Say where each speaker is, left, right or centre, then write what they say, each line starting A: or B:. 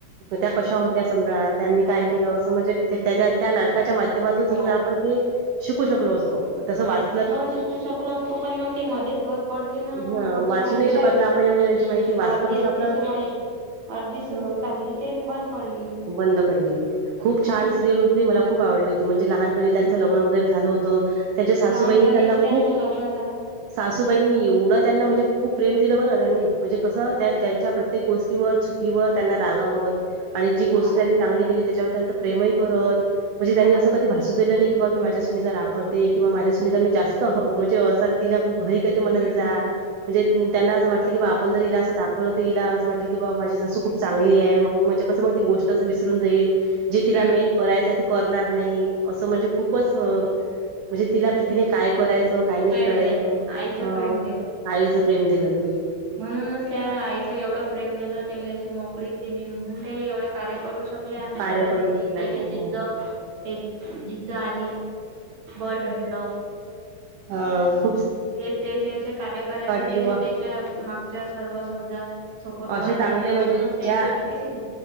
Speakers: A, on the right; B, on the right.
A: त्या कशा होत्या समजा त्यांनी काय केलं अस म्हणजे त्या त्या नाटकाच्या माध्यमातून समजा
B: हो.
A: आपण ते शिकू शकलो असतो तस वाच
B: हो शिकू शकलो असतो पण मग ते मध्येच बद पडली ना मग
A: हं
B: पुढची
A: वाचू
B: माहिती
A: नाही शकत
B: राहिली
A: ना आपण एवढी त्यांची माहिती वाचणं
B: अर्धी
A: कसं
B: अर्धी
A: आपलं
B: स माहि अर्धी स
A: हं
B: चालली ते बंद पडली
A: बंद पडली खूप छान
B: हम्म
A: सिरियल होती मला खूप आवडली होती म्हणजे लहानपणी त्यांचं
B: हम्म
A: लग्न वगैरे झालं होतं त त्यांच्या सासूबाईंनी
B: लहानपणीच
A: त्यांना
B: त्यांचं
A: खूप
B: लग्न झालं.
A: सासूबाईंनी एवढं त्यांना म्हणजे खूप प्रेम दिलं बरं त्यांनी म्हणजे कसं त्यांच्या प्रत्येक गोष्टीवर की वर त्यांना रागावत आणि जी गोष्ट
B: हा
A: त्यांनी चांगली केली त्याच्यावर त्यांच प्रेमही करत म्हणजे त्यांनी
B: हा
A: असं
B: हा
A: कधी भास नाही कि बा मी माझ्या सुनीचा राग करते किंवा माझ्या सुनीचा मी जास्त म्हणजे असा तिला खूप हरी ते मला
B: हम्म
A: तिचा
B: हम्म
A: म्हणजे त्यांना असं वाटलं की बा आपण जर हिला असं दाखवलं तर हिला असं वाटेल की बा माझी सासू खूप चांगली आहे मग म्हणजे कसं मग ती गोष्ट अस विसरून जाईल जे तिला
B: हम्म
A: मेन करायच त करणार नाही असं म्हणजे खूपच म्हणजे तिला तिने काय करायचं काही नाही
B: प्रेम
A: करायचं
B: दिलं आईचं
A: ह
B: प्रेम दिलं.
A: आईच प्रेम दिलं त
B: म्हणूनच त्या आई एवढं प्रेम दिलं त्यायले अशी मोकळीक दिली म्हणून ते एवढे कार्य करू शकत कल्या म्हण
A: कार्य
B: पण
A: करू शकलाय
B: त्याली
A: त्या
B: जिद्द ते जिद्द आली बळ भेटल
A: हा
B: हे ते जे असे कार्य करायचं
A: की
B: ते
A: बा
B: त्याच्या मागच्या सर्व समजा सपोर्ट
A: असे
B: करणारे
A: चांगले
B: पासूनच
A: म्हणजे
B: त्याले
A: ज्या
B: भेटलंय की नाही